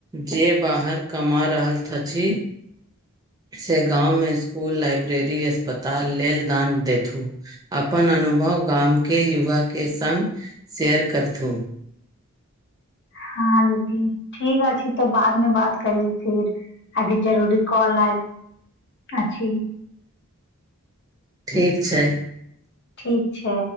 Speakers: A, on the right (about 15°); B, on the left (about 50°).
A: जे बाहर कमा रहल थची से गाँवमे स्कुल, लाइब्रेरी, अस्पताल लेल दान देथू। अपन अनुभव गाम के युवा के संग शेयर करतून।
B: हँ दीदी ठीक छै तऽ बादमे बात करी फिर। आभी जरूरी कल आ अ छी।
A: ठीक छै।
B: ठीक छै।